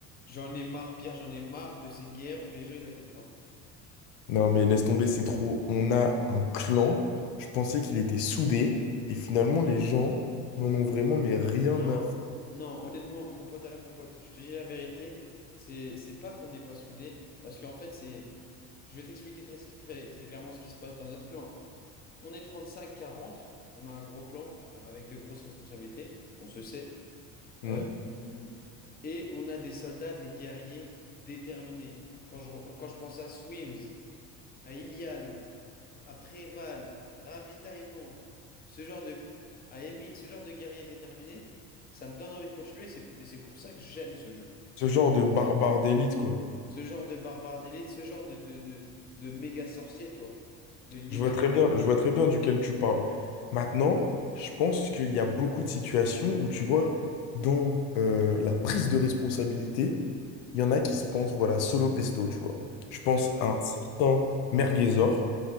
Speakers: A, on the left; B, on the left.
A: J'en ai marre, Pierre, j'en ai marre de ces guerres où les gens ils attaquent pas.
B: Non, mais laisse tomber, c'est trop. On a un clan. Je pensais qu'il était soudé. Et finalement, les gens n'en ont vraiment mais rien
A: Non,
B: à
A: non, honnêtement, mon pote à la compote, je te dis la vérité, c'est c'est pas qu'on n'est pas soudés, parce qu'en fait, c'est. Je vais t'expliquer très, très, très clairement ce qui se passe dans notre clan. On est 35-40, on a un gros clan avec de grosses responsabilités, on se sait.
B: faire.
A: Euh, hum, et on a des soldats, des guerriers déterminés. Quand je, re- quand je pense à Swims, à Ilian, après Val, ravitaillement, ce genre de... à Émile, ce genre de guerrier déterminé, ça me donne envie de continuer. C'est, et c'est pour ça que j'aime ce jeu.
B: Ce genre de barbare d'élite, quoi.
A: Ce genre de barbare d'élite, ce genre de, de, de, de méga sorcier, tu vois. De Yeti.
B: Je vois très bien, je vois très bien duquel tu parles. Maintenant, je pense qu'il y a beaucoup de situations où tu vois, dans euh, la prise de responsabilité, il y en a qui se pensent, voilà, solo pesto, tu vois. Je pense
A: D'accord.
B: à
A: avec-
B: un certain Merguezor.